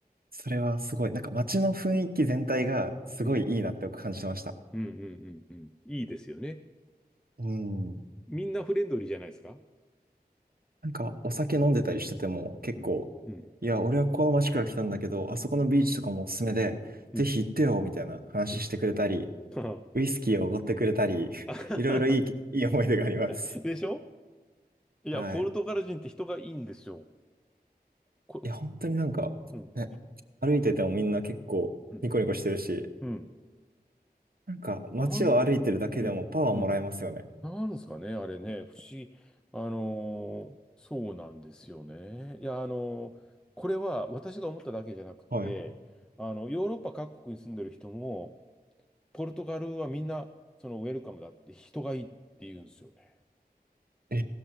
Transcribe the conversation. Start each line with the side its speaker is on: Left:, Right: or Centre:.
Right: それはすごい。なんか街の雰囲気全体がすごいいいなって僕感じてました。
Centre: うん。うんうんうんうん。いいですよね。
Right: うん。
Centre: みんなフレンドリーじゃないですか
Right: なんかお酒飲んでたりしてても結構、
Centre: うん。うん。
Right: いや、俺はここの街から来たんだけど、あそこのビーチとかもおすすめで、
Centre: うん。うん。
Right: ぜひ行ってよ、みたいな話してくれたり、
Centre: <laughs> は
Right: ウイスキーをおごってくれたり、<laughs>
Centre: あは
Right: いろいろいい、いい思い出があります。
Centre: はでしょいや、
Right: はい。
Centre: ポルトガル人って人がいいんですよ。こ、
Right: いや、本当になんか、
Centre: うん。
Right: ね、歩いててもみんな結構ニコニコしてるし、
Centre: うん。うん。
Right: なんか街を歩いてるだけでもパワーもらえますよね。
Centre: なん、うん。うんなんですかね、あれね、不思議。あのーそうなんですよね。いや、あのーこれは私が思っただけじゃなくて、
Right: はい。
Centre: あの、ヨーロッパ各国に住んでる人も、ポルトガルはみんな、そのウェルカムだって人がいいって言うんですよね。
Right: え